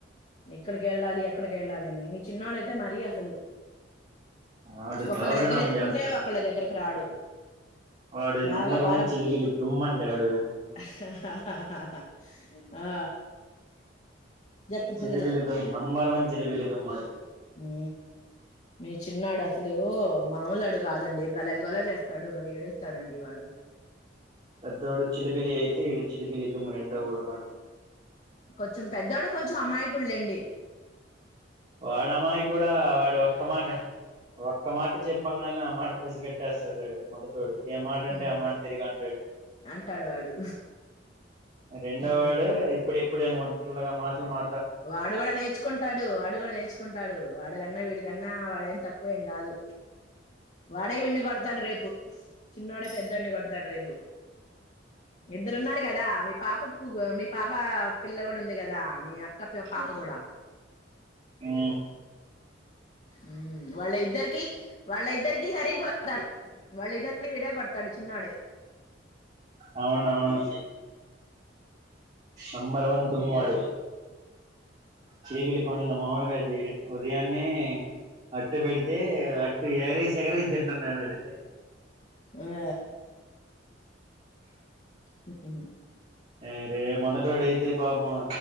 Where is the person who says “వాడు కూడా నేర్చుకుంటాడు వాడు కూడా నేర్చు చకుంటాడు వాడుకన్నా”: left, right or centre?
Left